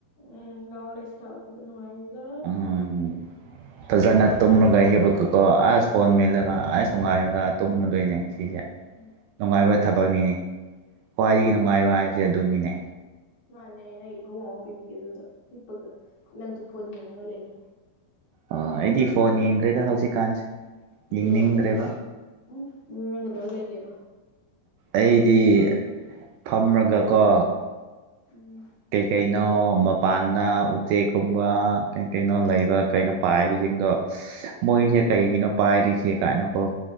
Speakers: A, on the left (about 55°); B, on the right (about 85°).
A: ꯎꯝ ꯂꯥꯎꯂ ꯏꯁ ꯍꯥꯏꯒꯗ ꯅꯅꯨꯡꯉꯥꯏꯒ
B: ꯎꯝ ꯐꯖꯅ ꯇꯨꯝꯃꯒ ꯍꯦꯄꯀꯀꯣ ꯑꯁ ꯐꯣꯟ ꯃꯦꯜꯂꯒ ꯑꯁ ꯣꯡꯉꯥꯏꯔꯒ ꯇꯨꯝꯃꯗꯣꯏꯅꯦ ꯁꯤꯁꯦ
A: ꯎꯝ
B: ꯅꯨꯡꯉꯥꯏꯕ ꯊꯕꯛꯅꯤꯅꯦ ꯈ꯭ꯋꯥꯏꯗꯒꯤ ꯅꯨꯡꯉꯥꯏꯕ ꯍꯥꯏꯕꯁꯦ ꯑꯗꯨꯅꯤꯅꯦ
A: ꯃꯥꯥꯟꯅꯦ ꯅꯪꯒꯤ ꯐꯕꯨꯡ ꯑꯃ ꯄꯤꯕꯤꯒꯦꯗꯨꯗ ꯄꯤꯛꯄꯒ ꯂꯪꯇ ꯐꯣꯟ ꯌꯦꯡꯉꯒ ꯂꯩꯌꯦ
B: ꯑ ꯑꯩꯗꯤ ꯐꯣꯟ ꯌꯦꯡꯗ꯭ꯔꯦꯗ ꯍꯧꯖꯤꯛꯀꯥꯟꯁꯦ
A: ꯑꯗꯨ
B: ꯌꯦꯡꯅꯤꯡꯗ꯭ꯔꯦꯕ
A: ꯀꯔꯧꯕꯗꯨ ꯎꯝ ꯎ ꯅꯪ ꯀꯗꯧꯔ ꯂꯩꯒꯦꯕ
B: ꯑꯩꯗꯤ ꯐꯝꯔꯒꯀꯣ
A: ꯎꯝ
B: ꯇ ꯀꯩꯩꯅꯣ ꯃ ꯄꯥꯟꯗ ꯎꯆꯦꯛꯀꯨꯝꯕ ꯀꯩ ꯀꯩꯅꯣ ꯂꯩꯕ ꯀꯩꯅꯣ ꯄꯥꯏꯕꯁꯤꯡꯗꯣ ꯃꯣꯏꯁꯦ
A: ꯑꯥ
B: ꯀꯩꯒꯤꯅꯣ ꯄꯥꯏꯔꯤꯁꯦ ꯀꯥꯏꯅꯀꯣ